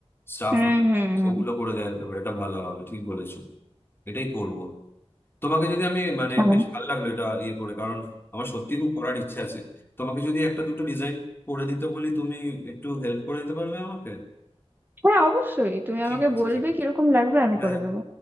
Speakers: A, on the left; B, on the right.
A: স্টাফ
B: হুম হুম হুম
A: ওগুলো করে দেওয়া যেতে পারে এটা ভালো হবে ঠিক বলেছো এটাই করব তোমাকে যদি আমি মানে
B: হুম।
A: বেশ ভালো লাগলো এটা ইয়ে করে কারণ আমার সত্যি খুব করার ইচ্ছে আছে তোমাকে যদি একটা দুটো ডিজাইন করে দিতে বলি তুমি একটু হেল্প করে দিতে পারবে আমাকে
B: হ্যাঁ অবশ্যই তুমি
A: ঠিক
B: আমাকে
A: আছে
B: বলবে
A: ঠিক আছে
B: কিরকম লাগবে আমি
A: হ্যাঁ
B: করে দেবো